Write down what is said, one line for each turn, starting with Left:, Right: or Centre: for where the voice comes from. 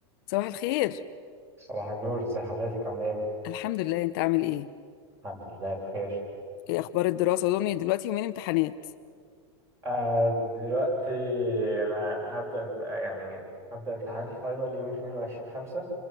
Left: صباح الخير
Right: صباح النور ازي حضرتك عامله ايه
Left: الحمد لله انت عامل ايه
Right: الحمد لله بخير
Left: ايه اخبار الدراسه اظن دلوقتي يومين امتحانات
Right: آه دلوقتي انا هبدا امت... آه، يعني هبدا امتحانات الفاينل يوم 22 5